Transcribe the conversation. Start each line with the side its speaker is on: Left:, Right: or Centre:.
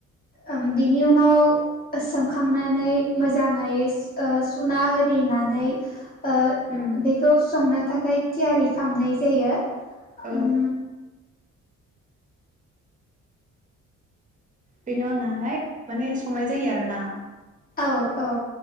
Left: ओम बिनि उनाव सोमखांनानै मोजाङै ओ सुना आरिनानै ओ
Right: उम
Left: बेखौ संनो थाखाय थियारि खालामनाय जायो
Right: औ
Left: उम
Right: बेनि उनावहाय माने संनाय जायो आरोना।
Left: औ औ।